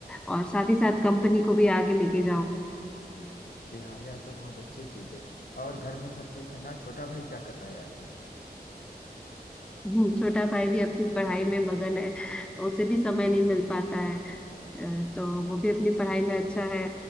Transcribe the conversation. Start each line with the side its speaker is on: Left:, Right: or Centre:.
Centre: और साथ ही साथ कंपनी को भी आगे लेके जाऊँ
Left: जी हाँ यह तो बहुत अच्छी चीज है और घर में सब ठीक है ना छोटा भाई क्या कर रहा है आजकल
Centre: हम्म, छोटा भाई भी अपनी पढ़ाई में मगन है उसे भी समय नहीं मिल पाता है अ, तो वो भी अपनी पढ़ाई में अच्छा है